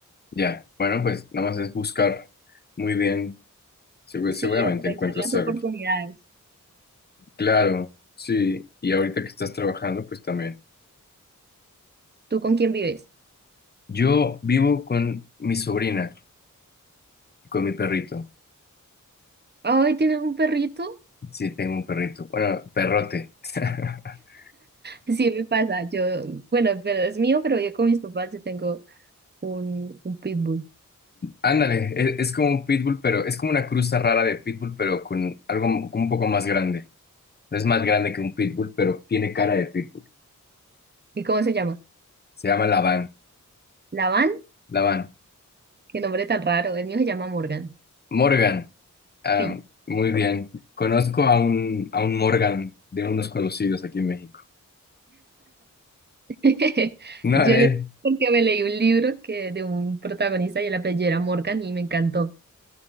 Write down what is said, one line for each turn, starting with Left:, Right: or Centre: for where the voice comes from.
Left: Ya, bueno, pues nada más es buscar muy bien. Segu-
Right: Sí,
Left: Seguramente
Right: aprovechar
Left: encuentras
Right: las oportunidades.
Left: algo. Claro, sí. Y ahorita que estás trabajando, pues también.
Right: ¿Tú con quién vives?
Left: Yo vivo con mi sobrina, con mi perrito.
Right: Ay, ¿tienes un perrito?
Left: Sí, tengo un perrito. Bueno, perrote. <laughs>
Right: Sí, me pasa. Yo, bueno, pero es mío, pero yo con mis papás yo tengo un, un pitbull.
Left: Ándale, e- es, como un pitbull, pero es como una cruza rara de pitbull, pero con algo m- un poco más grande. No es más grande que un pitbull, pero tiene cara de pitbull.
Right: ¿Y cómo se llama?
Left: Se llama Lavan.
Right: Lavan,
Left: Lavan.
Right: qué nombre tan raro. El mío se llama Morgan.
Left: Morgan. Ah,
Right: Sí.
Left: muy bien. Conozco a un, a un Morgan de unos conocidos aquí en México.
Right: <laughs>
Left: No,
Right: Yo
Left: él.
Right: le porque me leí un libro que de un protagonista y el apellido era Morgan y me encantó.